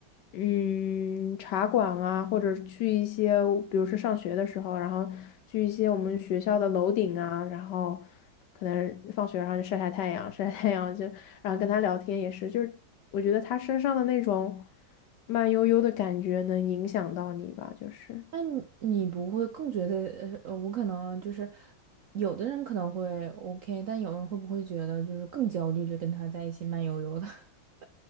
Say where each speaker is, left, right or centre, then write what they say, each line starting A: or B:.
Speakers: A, on the left; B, on the right.
A: 嗯茶馆啊，或者去一些，比如说上学的时候，然后去一些我们学校的楼顶啊，然后可能放学然后就晒晒太阳，<laughs> 晒晒太阳就然后跟他聊天也是，就是我觉得他身上的那种慢悠悠的感觉能影响到你吧，就是。
B: 那你你不会更觉得，呃，呃我可能就是有的人可能会 OK，但有人会不会觉得就是更焦虑的跟他在一起慢悠悠的？<laughs>